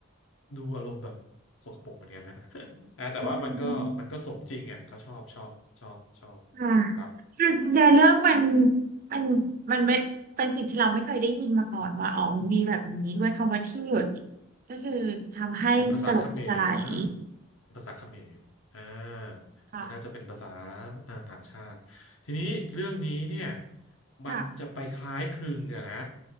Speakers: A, on the left; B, on the right.
A: ดูอารมณ์แบบสกปรกเหมือนกันนะ <laughs> อ่าแต่ว่ามันก็มันก็สมจริงอ่ะเขชอบชอบชอบชอบ
B: อืมค่ะ
A: ครับ
B: คือในเรื่องมันมันมันไม่เป็นสิ่งที่เราไม่เคยได้ยินมาก่อนว่าอ๋อมันมีแบบนี้ด้วยคำว่าที่หยุดก็คือทำให้สลบสลาย
A: เป็นภาษาเขมรนะเป็นภาษาเขมรอ่า
B: ค่ะ
A: มันน่าจะเป็นภาษาอ่าต่างชาติทีนี้เรื่องนี้เนี่ยมันจะไปคล้ายคลึงเนี่ยนะ
B: ค่ะ